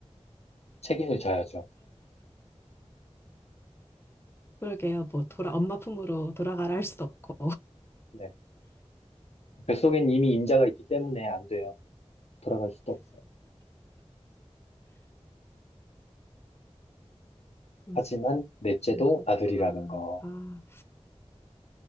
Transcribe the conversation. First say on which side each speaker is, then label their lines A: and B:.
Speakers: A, on the left; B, on the left.
A: 책임을 져야죠.
B: 그러게요. 뭐 돌아 엄마 품으로 돌아가라 할 수도 없고.
A: 네. 뱃속엔 이미 임자가 있기 때문에 안 돼요. 돌아갈 수도 없어요.
B: 음,
A: 하지만, 넷째도
B: 그렇구나.
A: 아들이라는 거.
B: 아,